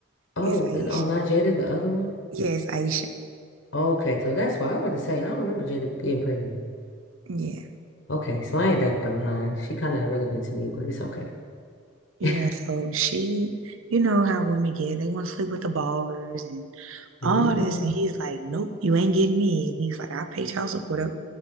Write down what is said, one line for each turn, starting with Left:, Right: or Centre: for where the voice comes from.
Left: Oh,
Right: It's Aisha.
Left: and- oh, not Jada, the other one.
Right: Yeah, it's Aisha.
Left: Okay, so that's why I was about to say I don't remember Jada getting pregnant.
Right: Yeah.
Left: Okay, so I ain't that far behind. She kind of irrelevant to me, but it's okay.
Right: Yeah,
Left: <laughs>
Right: so she, you know how women get, they want to sleep with the ballers and
Left: hmm
Right: all this. And he's like, nope, you ain't getting me. And he's like, I pay child support up.